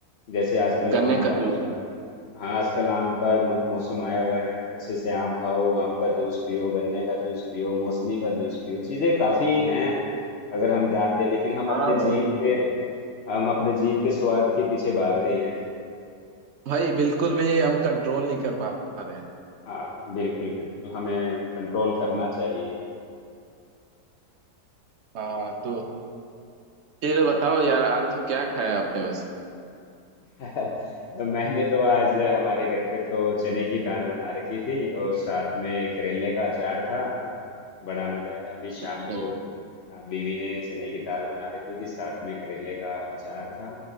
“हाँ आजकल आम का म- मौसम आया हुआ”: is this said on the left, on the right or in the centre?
Left